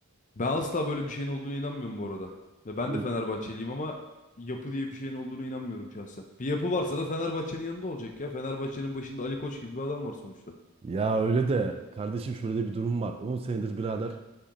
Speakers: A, on the left; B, on the right.
A: Ben asla böyle bir şeyin olduğuna inanmıyorum bu arada. Ve ben
B: Bu-
A: de Fenerbahçeliyim ama yapı diye bir şeyin olduğuna inanmıyorum şahsen. Bir yapı varsa da Fenerbahçe'nin yanında olacak ya. Fenerbahçe'nin başında Ali Koç gibi bir adam var sonuçta.
B: Ya öyle de kardeşim şöyle de bir durum var. 10 senedir birader